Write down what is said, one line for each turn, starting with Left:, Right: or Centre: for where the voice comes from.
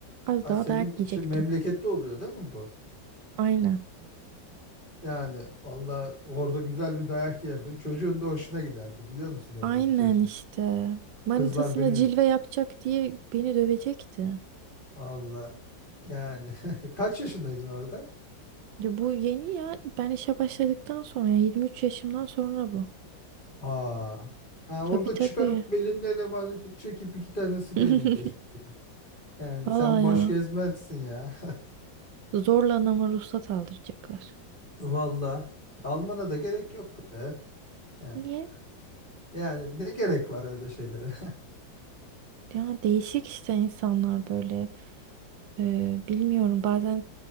Right: Az
Left: Aa,
Right: daha
Left: senin
Right: dayak yiyecektim.
Left: şey memlekette oluyor değil mi bu?
Right: Aynen.
Left: Yani valla orada güzel bir dayak yerdi. Çocuğun da hoşuna giderdi biliyor musun oradaki
Right: Aynen
Left: çocuğu?
Right: işte. Manitasına
Left: Kızlar benim
Right: cilve
Left: için.
Right: yapacak diye beni dövecekti.
Left: Valla yani <laughs> kaç yaşındaydın orada?
Right: Ya bu yeni ya. Ben işe başladıktan sonra ya 23 yaşımdan sonra bu.
Left: Aa. Ha,
Right: Tabii
Left: orada
Right: tabii.
Left: çıkarıp belinden emaneti çekip iki tane sıkaydın
Right: <laughs>
Left: keşke. kıza. Yani
Right: Valla
Left: sen boş
Right: ya.
Left: gezmezsin ya.
Right: Zorla anama ruhsat aldıracaklar.
Left: <laughs> Valla almana da gerek yok be. Yani,
Right: Niye?
Left: yani ne gerek var öyle şeylere? <laughs>
Right: Ya değişik işte insanlar böyle. Ee, bilmiyorum bazen